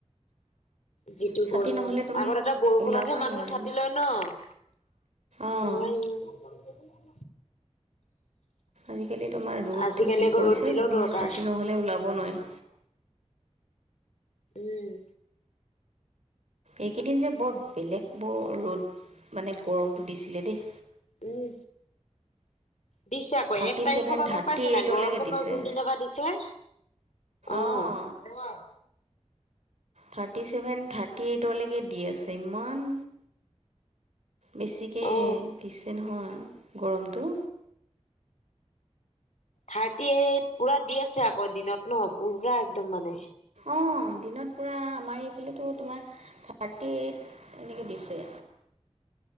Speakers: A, on the left; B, on the right.
A: যিটো
B: ছাতি
A: গৰম
B: নহ'লে তুমি
A: আগত এটা বৰষুণতহে
B: ওলাবই
A: মানুহে
B: নোৱাৰা
A: ছাটি লয় ন'?
B: অঁ
A: নোৱাৰি অ,
B: আজিকালি তোমাৰ ৰ'দটো
A: আজিকালি
B: যি
A: আকৌ
B: পৰিছে
A: ৰ'দ দিলেও
B: তোমাৰ
A: দৰকাৰ
B: ছাতি নহ'লে ওলাব নোৱাৰি।
A: উম,
B: এইকেইদিন যে বৰ বেলেগ বৰ ৰ'দ মানে গৰমটো দিছিলে দেই।
A: উম, দিছে আকৌ
B: থাৰ্টি
A: এক তাৰিখৰ
B: ছেভেন
A: পৰা
B: থাৰ্টি
A: গম পাইছে নাই
B: এইটলৈকে
A: গৰম বন্ধ
B: দিছে
A: যোনদিনা পৰা দিছে। অ',
B: অঁ থাৰ্টি ছেভেন থাৰ্টি এইটলৈকে দি আছে ইমান বেছিকৈ
A: অ
B: দিছে নহয় গৰমটো
A: থাৰ্টি এইট পুৰা দি আছে আকৌ দিনত ন'। পুৰা একদম মানে
B: অ', দিনত পুৰা আমাৰ এইফালে তোমাৰ থাৰ্টি এইট এনেকে দিছে।